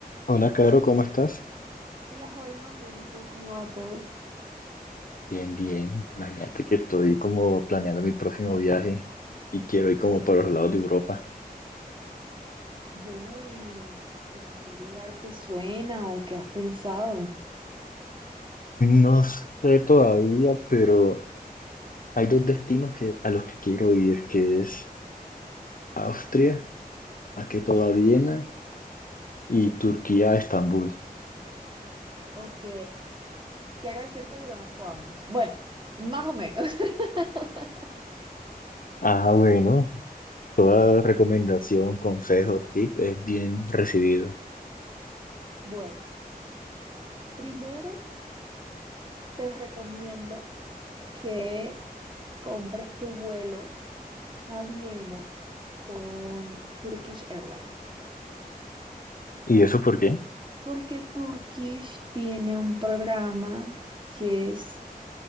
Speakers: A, on the left; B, on the right.
A: Hola, Caro, ¿cómo estás?
B: Hola Holman, bien, ¿y tú cómo va todo?
A: Bien, bien. Imagínate que estoy como planeando mi próximo viaje y quiero ir como para los lados de Europa.
B: Bueno, ¿y como qué lugar te suena o qué has pensado?
A: No sé todavía, pero hay dos destinos que, a los que quiero ir, que es Austria, más que todo a Viena, y Turquía a Estambul.
B: Ok, quiero decirte que conozco ambos. Bueno, más o menos. <laughs>
A: Ah, bueno, toda recomendación, consejo, tip es bien recibido.
B: Bueno, primero te recomiendo que compres tu vuelo a Viena con Turkish Airlines,
A: ¿Y eso por qué?
B: porque Turkish tiene un programa que es